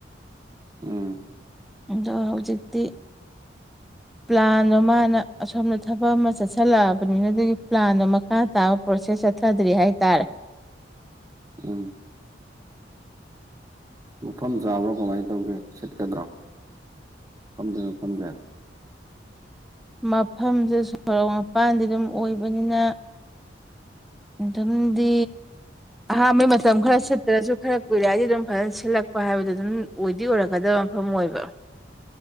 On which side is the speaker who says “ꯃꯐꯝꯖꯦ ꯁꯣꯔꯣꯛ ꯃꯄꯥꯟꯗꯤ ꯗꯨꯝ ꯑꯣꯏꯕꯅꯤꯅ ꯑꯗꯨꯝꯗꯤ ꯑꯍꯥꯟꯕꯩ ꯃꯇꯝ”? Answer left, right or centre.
Centre